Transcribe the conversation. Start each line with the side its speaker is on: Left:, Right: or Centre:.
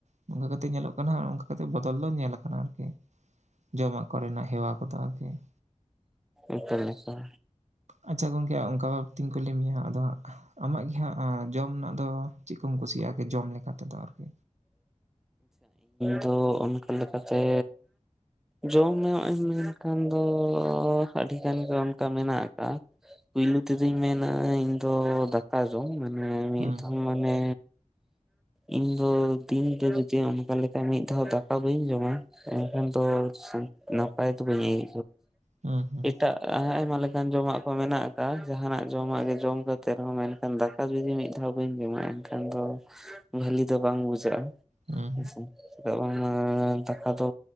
Right: ᱱᱚᱝᱠᱟ ᱠᱟᱛᱮᱫ ᱧᱮᱞᱚᱜ ᱠᱟᱱᱟ ᱱᱚᱝᱠᱟ ᱠᱟᱛᱮ ᱵᱚᱫᱚᱞ ᱫᱚ ᱧᱮᱞ ᱟᱠᱟᱱᱟ ᱟᱨᱠᱤ ᱾ ᱡᱚᱢᱟᱜ ᱠᱚᱨᱮᱱᱟᱜ ᱦᱮᱣᱟ ᱠᱚᱫᱚ ᱟᱨᱠᱤ ᱾
Centre: ᱮᱠᱫᱚᱢ ᱮᱠᱫᱚᱢ ᱾
Right: ᱟᱪᱪᱷᱟ ᱜᱚᱢᱠᱮ ᱚᱱᱠᱟ ᱵᱟᱵᱛᱤᱧ ᱠᱩᱞᱤ ᱢᱮᱭᱟ ᱦᱟᱸᱜ ᱟᱫᱚ ᱦᱟᱸᱜ ᱟᱢᱟᱜ ᱜᱮ ᱦᱟᱸᱜ ᱡᱚᱢ ᱨᱮᱱᱟᱜ ᱫᱚ ᱪᱮᱫ ᱠᱚᱢ ᱠᱩᱥᱤᱭᱟᱜᱼᱟ? ᱟᱨᱠᱤ ᱡᱚᱢ ᱞᱮᱠᱟ ᱛᱮᱫᱚ ᱟᱨᱠᱤ
Centre: ᱛᱚ ᱚᱱᱠᱟ ᱞᱮᱠᱟᱛᱮ ᱡᱚᱢ ᱦᱚᱸ ᱮᱢ ᱢᱮᱱᱠᱷᱟᱱ ᱫᱚ ᱟᱹᱰᱤ ᱜᱟᱱ ᱜᱮ ᱚᱱᱠᱟ ᱢᱮᱱᱟᱜ ᱟᱠᱟ-ᱟ ᱾ ᱯᱩᱭᱞᱩ ᱛᱮᱫᱚᱧ ᱢᱮᱱᱟ ᱤᱧ ᱫᱚ ᱫᱟᱠᱟ ᱡᱚᱢ ᱢᱟᱱᱮ ᱢᱤᱫ
Right: ᱦᱩᱸ
Centre: ᱢᱟᱱᱮ ᱤᱧ ᱫᱚ ᱫᱤᱱ ᱜᱮ ᱡᱩᱫᱤ ᱚᱱᱠᱟ ᱞᱮᱠᱟ ᱢᱤᱫ ᱫᱷᱟᱣ ᱫᱟᱠᱟ ᱵᱟᱹᱧ ᱡᱚᱢᱟ ᱮᱱ ᱠᱷᱟᱱ ᱫᱚ ᱱᱟᱯᱟᱭ ᱫᱚ ᱵᱟᱹᱧ ᱟᱹᱭ
Right: ᱦᱩᱸ ᱦᱩᱸ
Centre: ᱮᱴᱟᱜ ᱟᱭᱢᱟ ᱞᱮᱠᱟᱱ ᱡᱚᱢᱟᱜ ᱠᱚ ᱢᱮᱱᱟᱜ ᱟᱠᱟᱫ-ᱟ ᱾ ᱡᱟᱦᱟᱱᱟᱜ ᱡᱚᱢᱟᱜ ᱜᱮ ᱡᱚᱢ ᱠᱟᱛᱮ ᱨᱮᱦᱚᱸ ᱢᱮᱱᱠᱷᱟᱱ ᱫᱟᱠᱟ ᱡᱩᱫᱤ ᱢᱤᱫ ᱫᱷᱟᱣ ᱵᱟᱹᱧ ᱡᱚᱢᱟ, ᱮᱱᱠᱷᱟᱱ ᱫᱚ ᱵᱷᱟᱞᱤ ᱫᱚ ᱵᱟᱝ ᱵᱩᱡᱷᱟᱹᱜᱼᱟ ᱾
Right: ᱦᱩᱸ
Centre: ᱦᱮᱸᱥᱮ? ᱪᱮᱫᱟᱜ ᱵᱟᱝ ᱫᱟᱠᱟ ᱫᱚ